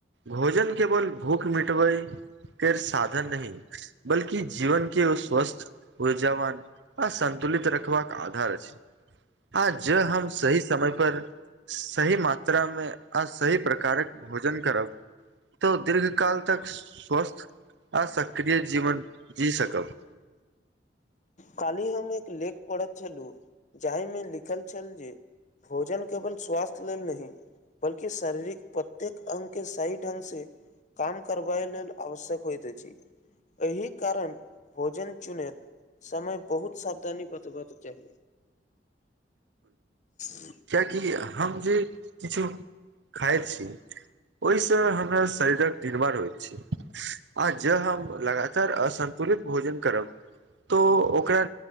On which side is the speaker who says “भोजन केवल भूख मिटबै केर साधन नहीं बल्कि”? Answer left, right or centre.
Right